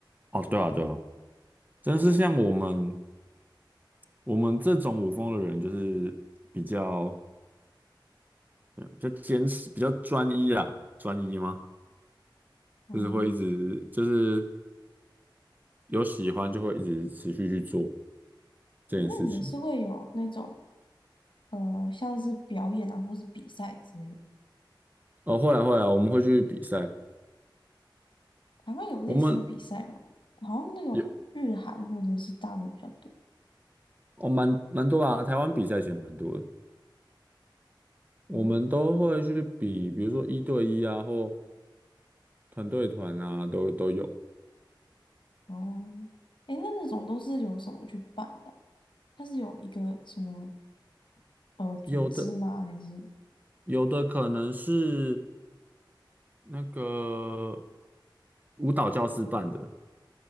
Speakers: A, on the right; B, on the left.
A: 哦，对啊，对啊，真是像我们我们这种舞风的人，就是比较嗯比较坚持，比较专一啦，专一吗？
B: 哦，
A: 就是会一直就是有喜欢就会一直持续去做这件事情。
B: 哎，那你们是会有那种呃，像是表演啊，或是比赛之类的？
A: 哦，会啊会啊，我们会去比赛，
B: 台湾有类似的比赛吗？
A: 我们
B: 好像那种日韩或者是大陆比较多，
A: 有哦蛮蛮多啊，台湾比赛其实蛮多的。我们都会去比，
B: 哦。
A: 比如说一对一啊，或团队团啊，都都有。
B: 哦，哎，那那种都是由什么去办的啊？它是有一个什么呃组织吗？
A: 有的
B: 还是
A: 有的可能是那个舞蹈教师办的，